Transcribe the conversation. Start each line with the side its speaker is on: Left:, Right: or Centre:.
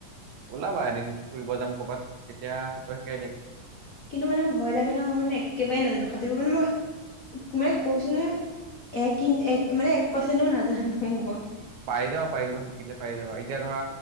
Right: ওলাবা এদিন ফুৰিব যাম কৰ'বাত, তেতিয়া সাঁতুৰ শিকাই দিম।
Left: কিন্তু মানে মোৰ ভয় লাগে ন, মই মানে একেবাৰে নাজানো, সাতোৰিব মানে মই মানে কৈছো নহয়, একো মানে এক মাৰ্চেণ্ট নাজানো মই।
Right: পাৰি যাবা, পাৰি যাবা, শিকিলে পাৰি যাবা, এতিয়া ধৰা